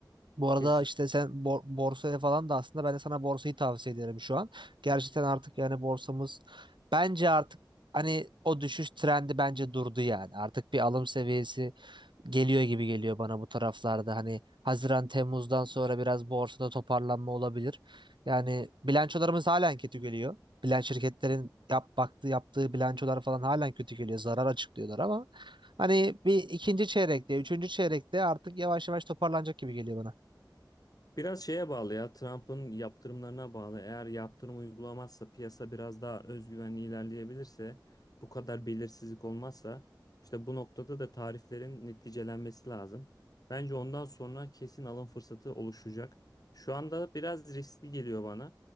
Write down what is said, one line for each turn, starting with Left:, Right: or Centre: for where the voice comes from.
Right: Bu arada
Left: Kesin
Right: işte sen bor- borsaya falan da aslında ben de sana borsayı tavsiye ederim şu an. Gerçekten artık yani borsamız bence artık hani o düşüş trendi bence durdu yani. Artık bir alım seviyesi geliyor gibi geliyor bana bu taraflarda. Hani Haziran Temmuz'dan sonra biraz borsada toparlanma olabilir. Yani bilançolarımız halen kötü geliyor. Bilen şirketlerin yap baktığı yaptığı bilançolar falan halen kötü geliyor. Zarar açıklıyorlar ama hani bir ikinci çeyrekte, üçüncü çeyrekte artık yavaş yavaş toparlanacak gibi geliyor bana.
Left: Biraz şeye bağlı ya Trump'ın yaptırımlarına bağlı. Eğer yaptırım uygulamazsa piyasa biraz daha özgüvenli ilerleyebilirse bu kadar belirsizlik olmazsa işte bu noktada da tariflerin neticelenmesi lazım. Bence ondan sonra kesin alım fırsatı oluşacak. Şu anda biraz riskli geliyor bana.